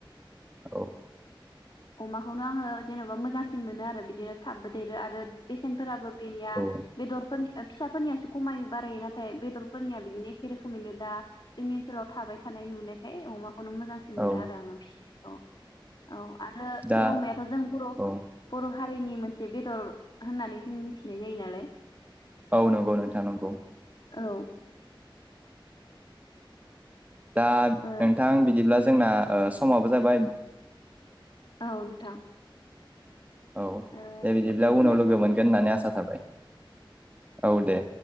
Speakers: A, on the right (about 15°); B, on the left (about 60°).
A: औ
B: अमाखौनो आङो जेन'बा मोजांसिन मोनो आरो बिदिनो थाबबो देरो आरो बेसेनफोराबो बिनिया
A: औ
B: बेदरफोरनि फिसाफोरनियासो खमायो बारायो नाथाय बेदरफोरनिया बिदिनो एखे रोखोमैनो दा जोंनि ओनसोलाव थाबाय थानाय नुनायखाय अमा खौनो मोजांसिन मोनो
A: औ
B: आरो आङो फिसिनायखौ औ आरो
A: दा
B: बे अमायाथ' जों बर'
A: औ
B: बर' हारिनि मोनसे बेदर होननानै जों मिथिनाय जायो नालाय
A: औ नंगौ नोंथां नंगौ
B: औ
A: दा नोंथां
B: ओ
A: बिदिब्ला जोंना ओ समाबो जाबाय
B: औ नोंथां
A: औ
B: ओ
A: दे बिदिब्ला
B: बेखिनियाव
A: उनाव लोगो
B: दोनथ'
A: मोनगोन
B: जासिगोन
A: होननानै आसा थाबाय औ दे